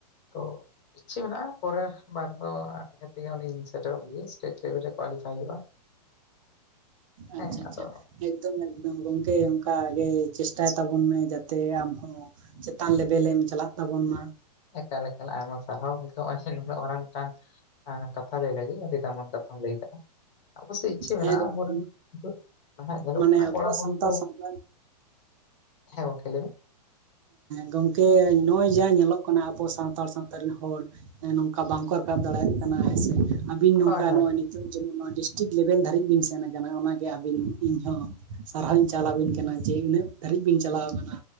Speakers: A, on the left; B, on the right.
A: ᱛᱚ ᱤᱪᱪᱷᱟᱹ ᱢᱮᱱᱟᱜᱼᱟ ᱯᱚᱨᱮᱨ ᱵᱟᱨ ᱫᱚ ᱛᱷᱮᱠᱮ ᱩᱱᱤᱧ ᱥᱮᱴᱮᱨᱚᱜ ᱜᱮᱭᱟ ᱥᱴᱮᱴ ᱞᱮᱵᱮᱞ ᱨᱮ ᱠᱳᱣᱟᱞᱤᱯᱷᱟᱭ ᱦᱩᱭᱩᱜᱼᱟ ᱦᱮᱸ
B: ᱟᱪᱪᱷᱟ
A: ᱟᱫᱚ
B: ᱟᱪᱪᱷᱟ ᱮᱠᱫᱚᱢ ᱮᱠᱫᱚᱢ ᱜᱚᱝᱠᱮ ᱚᱱᱠᱟ ᱜᱮ ᱪᱮᱥᱴᱟᱭ ᱛᱟᱵᱚᱱ ᱢᱮ ᱡᱟᱛᱮ ᱟᱢ ᱦᱚᱸ ᱪᱮᱛᱟᱱ ᱞᱮᱵᱮᱞ ᱮᱢ ᱪᱟᱞᱟᱜ ᱛᱟᱵᱚᱱ ᱢᱟ
A: ᱮᱠᱟᱞ ᱮᱠᱟᱞ ᱟᱭᱢᱟ ᱥᱟᱨᱦᱟᱣ ᱱᱩᱱᱟᱹᱜ ᱢᱟᱨᱟᱝ ᱢᱤᱫᱴᱟᱝ ᱦᱮᱸ ᱠᱟᱛᱷᱟ ᱞᱟᱹᱭ ᱞᱟᱹᱜᱤᱫ ᱟᱹᱰᱤ ᱫᱟᱢᱟᱱ ᱠᱟᱛᱷᱟᱢ ᱞᱟᱹᱭ ᱟᱠᱟᱜᱼᱟ ᱚᱵᱚ ᱥᱮᱫ ᱤᱪᱪᱷᱟᱹ ᱢᱮᱱᱟᱜᱼᱟ
B: ᱦᱮᱸ ᱜᱚᱝᱠᱮ
A: ᱟᱵᱚ ᱨᱮᱱᱟᱜ ᱧᱮᱞᱚᱜ
B: ᱢᱟᱱᱮ
A: ᱠᱟᱱᱟ
B: ᱟᱵᱚ
A: ᱠᱚᱲᱟᱼ ᱠᱩᱲᱤ
B: ᱥᱟᱱᱛᱟᱲ
A: ᱠᱚ
B: ᱥᱟᱱᱛᱟᱲ
A: ᱦᱮᱸ ᱜᱚᱢᱠᱮ ᱞᱟᱹᱭ ᱢᱮ
B: ᱜᱚᱝᱠᱮ ᱱᱚᱜᱼᱚᱭ ᱡᱟᱦᱟᱸ ᱧᱮᱞᱚᱜ ᱠᱟᱱᱟ ᱟᱵᱚ ᱥᱟᱱᱛᱟᱲ ᱥᱟᱶᱛᱟ ᱨᱮᱱ ᱦᱚᱲ ᱱᱚᱝᱠᱟ ᱵᱟᱝᱠᱚ ᱨᱟᱠᱟᱵ ᱫᱟᱲᱮᱭᱟᱜ ᱠᱟᱱᱟ ᱦᱮᱸᱥᱮ ᱟᱹᱵᱤᱱ ᱱᱚᱝᱠᱟ
A: ᱦᱳᱭ ᱦᱳᱭ
B: ᱱᱚᱜᱼᱚᱭ ᱱᱤᱛᱳᱜ ᱡᱮᱢᱚᱱ ᱱᱚᱣᱟ ᱰᱤᱥᱴᱤᱠ ᱞᱮᱵᱮᱞ ᱫᱷᱟᱹᱵᱤᱡ ᱵᱤᱱ ᱥᱮᱱ ᱟᱠᱟᱱᱟ ᱚᱱᱟ ᱜᱮ ᱟᱹᱵᱤᱱ ᱤᱧ ᱦᱚᱸ ᱥᱟᱨᱦᱟᱣ ᱤᱧ ᱪᱟᱞ ᱟᱹᱵᱤᱱ ᱠᱟᱱᱟ ᱡᱮ ᱤᱱᱟᱹᱜ ᱫᱷᱟᱹᱨᱤᱡ ᱵᱤᱱ ᱪᱟᱞᱟᱣ ᱟᱠᱟᱱᱟ